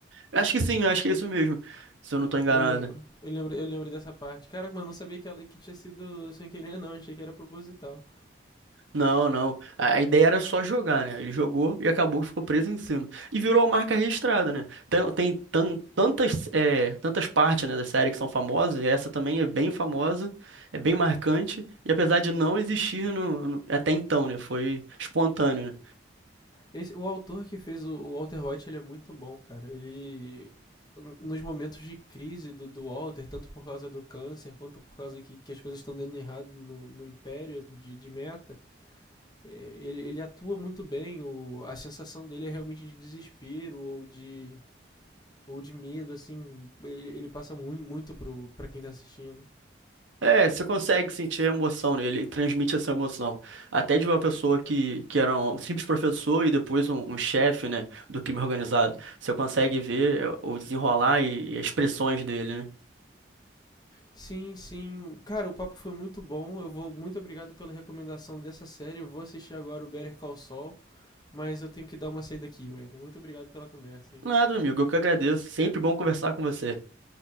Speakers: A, on the right (about 85°); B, on the left (about 20°).
A: Eu Acho que sim, eu acho que é isso mesmo, se eu não
B: Eu,
A: tô enganado.
B: eu lembro. Eu lembro, eu lembro dessa parte. Caraca, mas eu não sabia que ela que tinha sido sem querer, não. Achei que era proposital.
A: Não, não. A, a ideia era só jogar, né? Ele jogou e acabou que ficou preso em cima. E virou uma marca registrada, né? Tem, tem tan- tantas, é, tantas partes, né, da série que são famosas, e essa também é bem famosa, é bem marcante, e apesar de não existir no, no- até então, né? Foi espontâneo, né?
B: Esse- o autor que fez o, o Walter White, ele é muito bom, cara. Ele. Nos momentos de crise do, do Walter, tanto por causa do câncer, quanto por causa que, que as coisas estão dando errado no, no Império de, de meta, é, ele, ele atua muito bem. O, a sensação dele é realmente de desespero ou de, ou de medo, assim. Ele, ele passa muito, muito pro, pra quem tá assistindo.
A: É, você consegue sentir emoção nele, ele transmite essa emoção. Até de uma pessoa que, que era um simples professor e depois um, um chefe, né, do crime organizado. Você consegue ver o desenrolar e, e as expressões dele, né?
B: Sim, sim. Cara, o papo foi muito bom. Eu vou. Muito obrigado pela recomendação dessa série. Eu vou assistir agora o Better Call Saul. Mas eu tenho que dar uma saída aqui, Wender. Muito obrigado pela conversa, hein?
A: Nada, amigo, eu que agradeço. Sempre bom conversar com você.